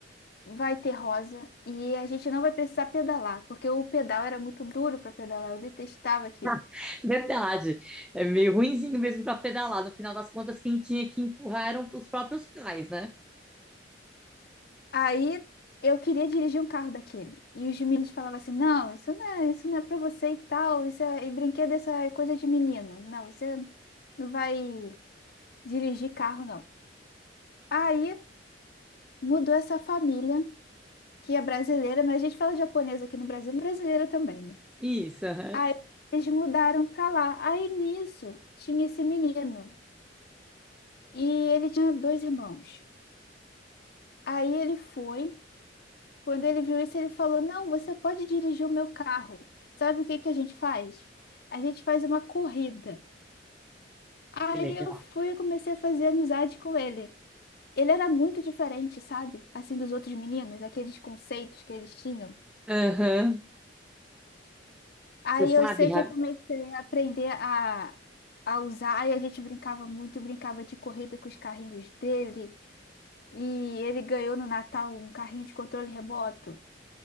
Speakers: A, on the left; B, in the centre.
A: vai ter rosa e a gente não vai precisar pedalar, porque o pedal era muito duro para pedalar, eu detestava aquilo.
B: <laughs> Verdade. É meio ruinzinho mesmo para pedalar. No final das contas, quem tinha que empurrar eram os próprios pais, né?
A: Aí eu queria dirigir um carro daquele. E os meninos falavam assim: "Não, isso não é, isso não é para você e tal, isso é e brinquedo essa é coisa de menino. Não, você não vai dirigir carro não". Aí mudou essa família que é brasileira, mas a gente fala japonesa aqui no Brasil, brasileira também, né?
B: Isso, aham.
A: Aí eles mudaram pra lá. Aí nisso tinha esse menino e ele tinha dois irmãos. Aí ele foi, quando ele viu isso, ele falou: Não, você pode dirigir o meu carro. Sabe o que que a gente faz? A gente faz uma corrida. Aí
B: Que legal.
A: eu fui e comecei a fazer amizade com ele. Ele era muito diferente, sabe? Assim, dos outros meninos, aqueles conceitos que eles tinham.
B: Aham.
A: Aí
B: Você sabe,
A: eu sei que
B: Ra-
A: eu comecei a aprender a, a usar, e a gente brincava muito, brincava de corrida com os carrinhos dele, e ele ganhou no Natal um carrinho de controle remoto.